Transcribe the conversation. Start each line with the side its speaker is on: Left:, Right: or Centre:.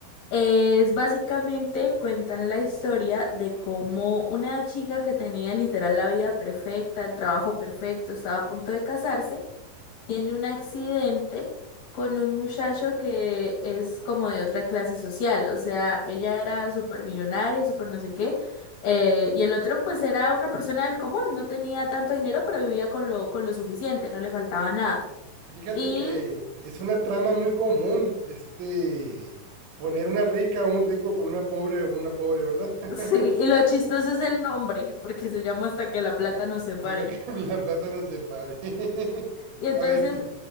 Left: Es básicamente cuentan la historia de cómo una chica que tenía literal la vida perfecta, el trabajo perfecto, estaba a punto de casarse tiene un accidente con un muchacho que es como de otra clase social, o sea, ella era súper millonaria, súper no sé qué, eh, y el otro pues era una persona del común, no tenía tanto dinero, pero vivía con lo, con lo suficiente, no le faltaba nada.
Right: Fíjate
Left: Y
Right: que es una trama muy común de este poner una rica o un rico con una pobre o una pobre, ¿verdad? <laughs>
Left: <laughs> sí, y lo chistoso es el nombre, porque se llama Hasta que la plata nos separe.
Right: Hasta que la plata nos separe. <laughs>
Left: Y entonces
Right: A ver, sí,